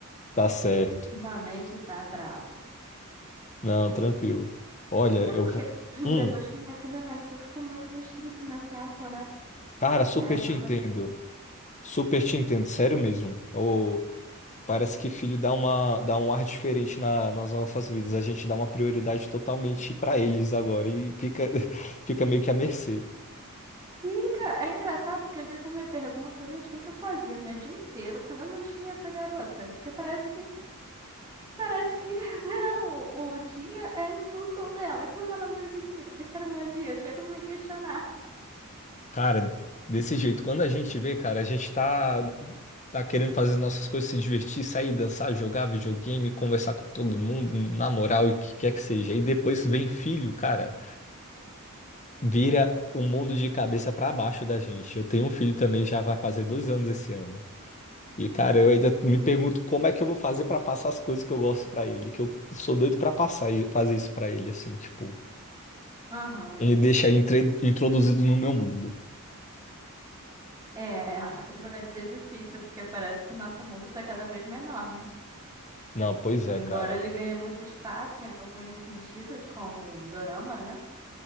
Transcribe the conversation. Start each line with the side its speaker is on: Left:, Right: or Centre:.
Left: Tá certo.
Right: Ultimamente tá brabo.
Left: Não, tranquilo. Olha,
Right: É
Left: eu
Right: porque
Left: vou.
Right: <clears throat>
Left: Hum.
Right: depois que minha filha nasceu, ficou muito restrito o meu tempo, né?
Left: Cara, super
Right: Aí acaba
Left: te entendo.
Right: que.
Left: Super te entendo, sério mesmo. Ô, parece que filho dá uma, dá um ar diferente na- nas nossas vidas. A gente dá uma prioridade totalmente pra eles agora e fica, <laughs> fica meio que à mercê.
Right: Fica, é engraçado porque às vezes eu me pergunto, gente, o que é que eu fazia o meu dia inteiro quando eu não tinha essa garota? Porque parece que parece que <laughs> né, o, o dia é em função dela. E quando ela não existia, como é que era o meu dia? Eu chego a me questionar.
Left: Cara, desse jeito, quando a gente vê, cara, a gente tá, tá querendo fazer nossas coisas, se divertir, sair, dançar, jogar videogame, conversar com todo mundo, namorar, o que quer que seja. E depois vem filho, cara. vira um mundo de cabeça pra baixo da gente. Eu tenho um filho também, já vai fazer dois anos esse ano. E, cara, eu ainda me pergunto como é que eu vou fazer pra passar as coisas que eu gosto pra ele, que eu sou doido pra passar e fazer isso pra ele, assim, tipo,
Right: Aham.
Left: e deixar ele entre- introduzido no meu mundo.
Right: É, <laughs> vai ser difícil porque parece que o nosso mundo tá cada vez menor, né?
Left: Não, pois
Right: Embora
Left: é, cara.
Right: ele ganhe muito espaço em alguns sentidos, como o dorama, né?